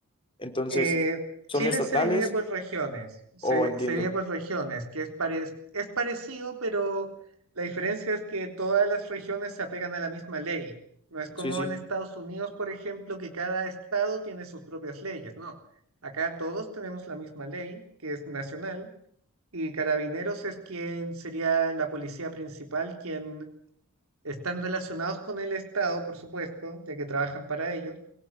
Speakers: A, on the left (about 25°); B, on the right (about 75°).
A: Entonces,
B: Eh,
A: ¿son
B: Chile
A: estatales
B: se divide por regiones, se,
A: o entiendo?
B: se divide por regiones, que es, pare- es parecido, pero la diferencia es que todas las regiones se apegan a la misma ley. No es como
A: Sí, sí,
B: en Estados Unidos, por ejemplo, que cada estado tiene sus propias leyes, no. Acá todos tenemos la misma ley, que es nacional, Y Carabineros es quien sería la policía principal, quien están relacionados con el Estado, por supuesto, ya que trabajan para ellos,